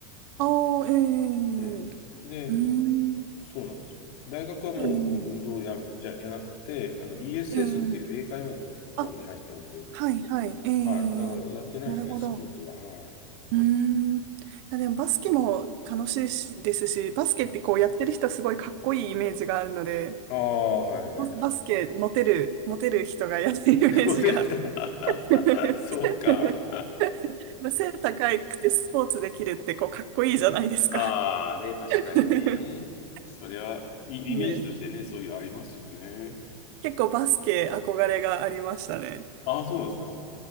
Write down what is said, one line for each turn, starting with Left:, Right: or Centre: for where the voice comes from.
Right: ああ、ええ、う
Left: うん。で、
Right: ーん。
Left: そうなんですよ。大学はもう運動や、
Right: え
Left: じゃ、やなくて、あの、ESS
Right: え、ええ。
Left: っていう英会話のクラブに入ったんで、
Right: あ、はい、はい、え
Left: はい。だからやってないですね、
Right: え。なるほど。
Left: スポーツは。はい。
Right: うーん。いや、でもバスケも楽しいしですし、バスケってこうやってる人すごいかっこいいイメージがあるので、
Left: うん。ああ、はいはいはい
Right: バスケモテる、モテる人がやってるイメージが。
Left: モデル来た。
Right: <laughs>
Left: <laughs> そうか。
Right: まあ背高くてスポーツできるってこうかっこいいじゃないですか
Left: ああ、ね、確かにね。
Right: <laughs>
Left: それは、イイメージとしてね、
Right: で、
Left: そういうありますよね。
Right: 結構バスケ憧れがありましたね。
Left: ああ、そうなんですか。